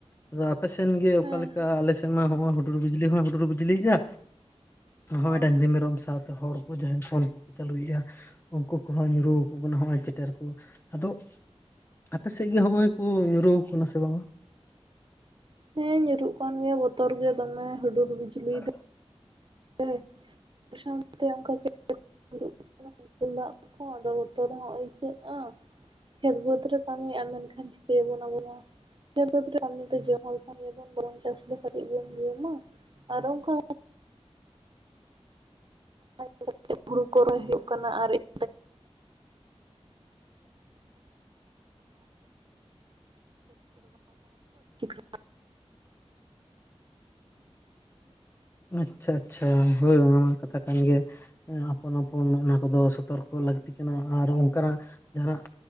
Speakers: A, on the left; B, on the right.
A: ᱟᱫᱚ ᱟᱯᱮᱥᱮᱱ ᱜᱮ
B: ᱦᱮᱸ
A: ᱚᱠᱟᱞᱮᱠᱟ? ᱥᱮᱱ ᱢᱟ ᱦᱚᱸᱜᱼᱚᱭ ᱦᱩᱰᱩᱨ ᱵᱤᱡᱞᱤ ᱦᱚᱸᱭ ᱦᱩᱰᱩᱨ ᱵᱤᱡᱽᱞᱤᱜᱼᱟ, ᱱᱚᱜᱼᱚᱭ
B: ᱦᱚᱸ᱾
A: ᱰᱟᱝᱨᱤ ᱢᱮᱨᱚᱢ ᱥᱟᱶᱛᱮ ᱦᱚᱲ ᱩᱱᱠᱩ ᱡᱟᱦᱟᱸᱭ ᱯᱷᱚᱞ ᱠᱚᱠᱚ ᱪᱟᱹᱞᱩᱭᱮᱜᱼᱟ ᱩᱝᱠᱩ ᱠᱚᱦᱚᱸ ᱧᱩᱨᱩ ᱟᱠᱚ ᱠᱟᱱᱟ ᱦᱚᱜᱼᱭ ᱪᱮᱴᱮᱨ ᱠᱩ ᱾ ᱟᱫᱚ ᱟᱯᱮᱥᱮᱜ ᱜᱮ ᱦᱚᱸᱜᱼᱚᱭ ᱠᱚ ᱧᱩᱨᱩᱣᱟᱠᱚ ᱠᱟᱱᱟ ᱥᱮ ᱵᱟᱝᱟ?
B: ᱦᱮᱸ ᱧᱩᱨᱩᱜ ᱠᱟᱱ ᱜᱮᱭᱟ ᱵᱚᱛᱚᱨ ᱜᱮ ᱫᱚᱢᱮ ᱦᱩᱰᱩᱨ ᱵᱤᱡᱽᱞᱤ
A: <inaudible>
B: <unintelligible> ᱥᱟᱝᱛᱮ ᱚᱝᱠᱟ <unintelligible> ᱥᱮᱝᱜᱮᱞ ᱫᱟᱜ ᱠᱚ ᱟᱫᱚ ᱵᱚᱛᱚᱨ ᱦᱚᱸ ᱟᱹᱭᱠᱟᱹᱜᱼᱟ ᱾ ᱠᱷᱮᱛ ᱵᱟᱹᱫᱽ ᱨᱮ ᱠᱟᱹᱢᱤ ᱟᱨ ᱢᱮᱱᱠᱷᱟᱱ ᱪᱤᱠᱟᱹᱭᱟᱵᱚᱱ ᱟᱵᱚ ᱢᱟ ᱾ ᱠᱷᱮᱛ ᱵᱟᱹᱫ ᱨᱮ ᱠᱟᱹᱢᱤ ᱛᱮ ᱡᱚᱢᱟᱵᱚᱱ <inaudible> ᱵᱟᱵᱚᱱ ᱪᱟᱥ ᱞᱮᱠᱷᱟᱡ ᱪᱮᱜ ᱵᱚᱱ ᱡᱚᱢᱟ? ᱟᱨ ᱚᱝᱠᱟ <inaudible> ᱦᱩᱲᱩ ᱠᱚ ᱨᱚᱦᱚᱭ ᱦᱩᱭᱩᱜ ᱠᱟᱱᱟ ᱟᱨ ᱤᱧ <inaudible> <inaudible> <inaudible>
A: ᱟᱪᱪᱷᱟ ᱟᱪᱪᱷᱟ ᱦᱳᱭ ᱚᱱᱟ ᱢᱟ ᱠᱟᱛᱷᱟ ᱠᱟᱱ ᱜᱮᱭᱟ ᱾ ᱟᱯᱚᱱ ᱟᱯᱚᱱ ᱚᱱᱟ ᱠᱚᱫᱚ ᱥᱚᱛᱚᱨᱠᱚ ᱞᱟᱹᱠᱛᱤ ᱠᱟᱱᱟ, ᱟᱨ ᱚᱝᱠᱟᱱᱟᱜ ᱡᱟᱦᱟᱱᱟᱜ